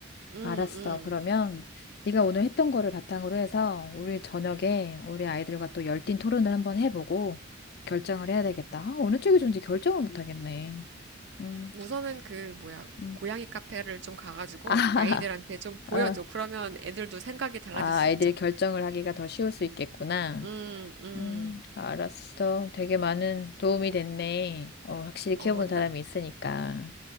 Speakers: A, on the right; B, on the left.
A: 음,
B: 알았어.
A: 음.
B: 그러면 네가 오늘 했던 거를 바탕으로 해서 우리 저녁에 우리 아이들과 또 열띤 토론을 한번 해보고 결정을 해야 되겠다. 아, 어느 쪽이 좋은지 결정을 못 하겠네. 음,
A: 우선은 그 뭐야
B: 음.
A: 고양이 카페를 좀 가가지고
B: 아, <laughs>
A: 아이들한테 좀 보여줘.
B: 아,
A: 그러면 애들도 생각이 달라질
B: 아,
A: 수
B: 아이들이
A: 있잖아.
B: 결정을 하기가 더 쉬울 수 있겠구나.
A: 음, 음.
B: 음, 알았어. 되게 많은 도움이 됐네. 어, 확실히
A: 어,
B: 키워본
A: 나,
B: 사람이 있으니까.